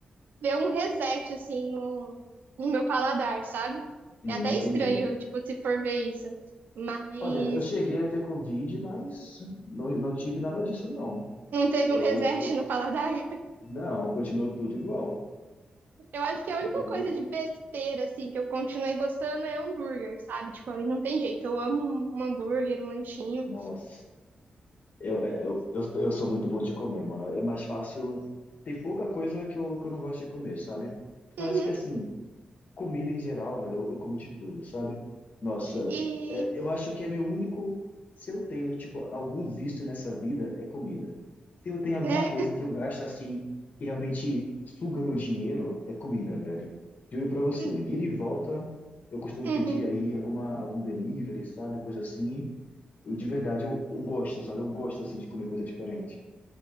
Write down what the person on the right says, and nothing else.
deu um reset, assim, no, no meu paladar, sabe?
É até
estranho, tipo, se for ver isso. Mas
não teve
um reset no paladar. <laughs>
Eu acho que a
única coisa de besteira, assim, que eu continuei gostando é hambúrguer, sabe? Tipo, aí não tem jeito. Eu amo um hambúrguer, um lanchinho.
Uhum.
E,
né?
<laughs>
Uhum.